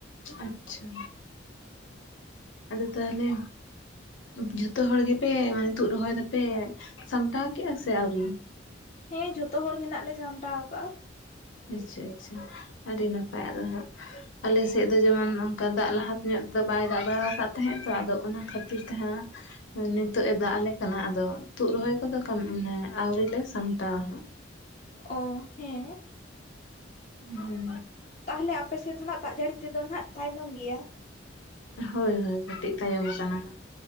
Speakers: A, on the left (about 80°); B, on the left (about 35°).
A: ᱟᱪᱪᱷᱟ ᱟᱫᱚ ᱛᱟᱦᱚᱞᱮ ᱡᱷᱚᱛᱚ ᱦᱚᱲ ᱜᱮᱯᱮ ᱢᱟᱱᱮ ᱛᱩᱫ ᱨᱚᱦᱚᱭ ᱫᱟᱯᱮ ᱥᱟᱢᱴᱟᱣ ᱠᱮᱜᱼᱟ ᱥᱮ ᱟᱹᱣᱨᱤ?
B: ᱦᱮᱸ ᱡᱷᱚᱛᱚ ᱦᱚᱲ ᱜᱮ ᱱᱟᱜ ᱞᱮ ᱥᱟᱢᱴᱟᱣ ᱠᱟᱜᱼᱟ᱾
A: ᱮᱪᱪᱷᱟ ᱮᱪᱪᱷᱟ ᱟᱹᱰᱤ ᱱᱟᱯᱟᱭ ᱟᱫᱚ ᱦᱟᱸᱜ ᱟᱞᱮ ᱥᱮᱫ ᱫᱚ ᱡᱮᱢᱚᱱ ᱚᱱᱠᱟ ᱫᱟᱜ ᱞᱟᱦᱟᱛᱮ ᱧᱚᱜ ᱫᱚ ᱵᱟᱭ ᱫᱟᱜ ᱵᱟᱲᱟ ᱟᱠᱟᱫ ᱛᱟᱦᱮᱸᱜ ᱛᱚ ᱟᱫᱚ ᱚᱱᱟ ᱠᱷᱟᱹᱛᱤᱨ ᱛᱮᱦᱟᱸᱜ ᱱᱤᱛᱚᱜᱜ ᱮ ᱫᱟᱜ ᱟᱞᱮ ᱠᱟᱱᱟ ᱟᱫᱚ ᱛᱩᱫ ᱨᱚᱦᱚᱭ ᱠᱚᱫᱚ ᱠᱟᱢ ᱢᱟᱱᱮ ᱟᱹᱣᱨᱤᱞ ᱞᱮ ᱥᱟᱢᱴᱟᱣᱟ᱾
B: ᱚ, ᱦᱮᱸ,
A: ᱦᱩᱸ,
B: ᱛᱟᱦᱚᱞᱮ ᱟᱯᱮᱥᱮᱫ ᱫᱚᱱᱦᱟᱜ ᱫᱟᱜ ᱡᱟᱹᱲᱤ ᱛᱮᱫᱚ ᱱᱟᱜ ᱛᱟᱭᱱᱚᱢ ᱜᱮᱭᱟ?
A: ᱦᱳᱭ, ᱦᱳᱭ, ᱠᱟᱹᱴᱤᱡ ᱛᱟᱭᱚᱢ ᱠᱟᱱᱟ ᱦᱟᱸᱜ᱾